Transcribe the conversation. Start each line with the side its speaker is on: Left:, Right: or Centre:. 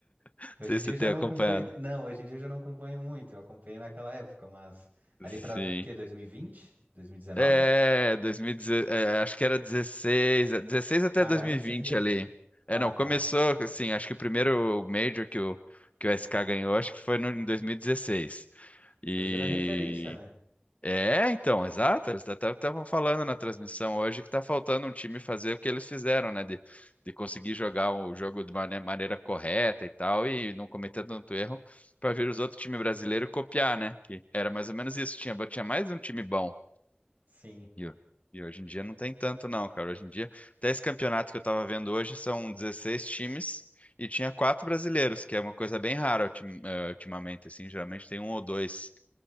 Left: Não
Right: Hoje
Left: sei
Right: em dia
Left: se você
Right: eu
Left: tem
Right: já não
Left: acompanhado.
Right: acompanho. Não, hoje em dia eu já não acompanho muito. Eu acompanhei naquela época, mas ali
Left: Sim.
Right: pra quê? 2020? 2019?
Left: É, 2016, é, acho que era 16, é, 16 até
Right: Ah,
Left: 2020
Right: era antes ainda?
Left: ali.
Right: Ah,
Left: É, não,
Right: tá.
Left: começou assim, acho que o primeiro Major que o, que o SK ganhou, acho que foi no- em 2016. E
Right: O Brasil era referência, né?
Left: dezesseis. E É, então, exato. Eles até estavam falando na transmissão hoje que está faltando um time fazer o que eles fizeram, né? De, de conseguir jogar o jogo de mane- maneira correta e tal, e não cometer tanto erro para vir os outros times brasileiros copiar, né? Que era mais ou menos isso. Tinha, tinha mais um time bom.
Right: Sim.
Left: E, o- e hoje em dia não tem tanto, não, cara. Hoje em dia, até esse campeonato que eu estava vendo hoje são 16 times e tinha quatro brasileiros, que é uma coisa bem rara ultim- eh, ultimamente, assim. Geralmente tem um ou dois.